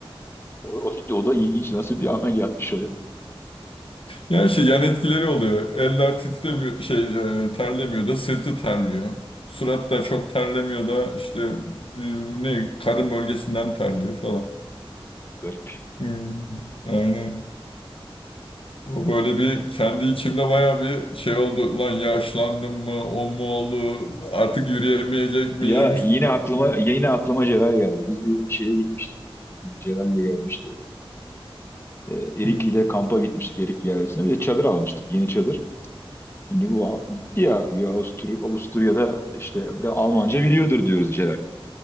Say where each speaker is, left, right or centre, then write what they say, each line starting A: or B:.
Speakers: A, on the left (about 25°); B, on the left (about 65°).
A: O, o o da ilginç. Nasıl bir amel yapmış o ya? Hı,
B: Yani şey yan etkileri oluyor. Eller titremiyor, şey e, terlemiyor da sırtı terliyor. Surat da çok terlemiyor da işte e, ne karın bölgesinden terliyor falan.
A: Garip.
B: Hmm, aynen. O böyle bir kendi içimde baya bir şey oldu. Lan yaşlandım mı? O mu oldu? Artık yürüyemeyecek miyim?
A: Ya yine aklıma yine aklıma Celal geldi. Biz bir şeye gitmiştik. Celal de gelmişti. E, Erikli
B: <laughs> Hmm.
A: ile kampa gitmiştik Erikli ailesine. Bir de çadır almıştık. Yeni çadır. Şimdi bu al- gitti ya, ya Avustur- Avusturya'da işte bir Almanca biliyordur diyoruz Celal.